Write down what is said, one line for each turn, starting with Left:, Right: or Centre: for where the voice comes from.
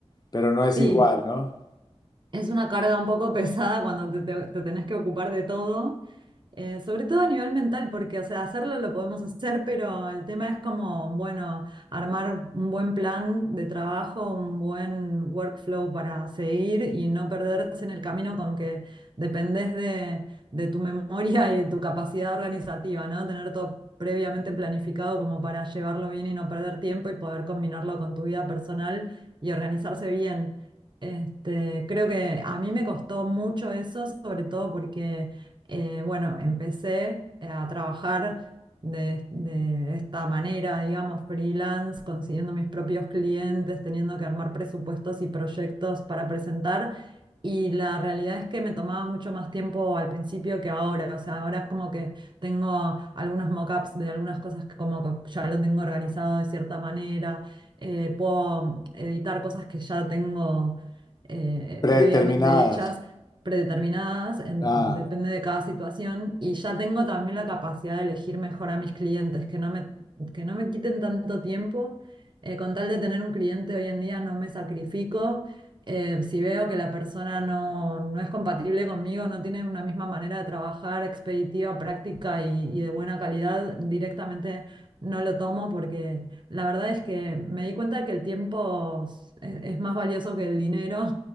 Left: pero no es
Right: sí.
Left: igual, ¿no?
Right: Es una carga un poco <laughs> pesada cuando te, te- te tenés que ocupar de todo, eh, sobre todo a nivel mental, porque, o sea, hacerlo lo podemos hacer, pero el tema es como, bueno, armar un buen plan de trabajo, un buen workflow para seguir y no perderse en el camino con que dependés de, de tu memoria y de tu capacidad organizativa, ¿no? Tener todo previamente planificado como para llevarlo bien y no perder tiempo y poder combinarlo con tu vida personal y organizarse bien. Este, creo que a mí me costó mucho eso, sobre todo porque, eh, bueno, empecé a trabajar de, de esta manera, digamos, freelance, consiguiendo mis propios clientes, teniendo que armar presupuestos y proyectos para presentar. Y la realidad es que me tomaba mucho más tiempo al principio que ahora. O sea, ahora es como que tengo algunos mockups de algunas cosas que como que ya lo tengo organizado de cierta manera. eh, puedo editar cosas que ya tengo eh,
Left: Predeterminadas.
Right: previamente hechas, predeterminadas, en-
Left: Claro.
Right: depende de cada situación, y ya tengo también la capacidad de elegir mejor a mis clientes, que no me, que no me quiten tanto tiempo. Eh, con tal de tener un cliente hoy en día no me sacrifico. Eh, si veo que la persona no, no es compatible conmigo, no tiene una misma manera de trabajar expeditiva, práctica y, y de buena calidad, directamente no lo tomo porque la verdad es que me di cuenta que el tiempo es, es más valioso que el dinero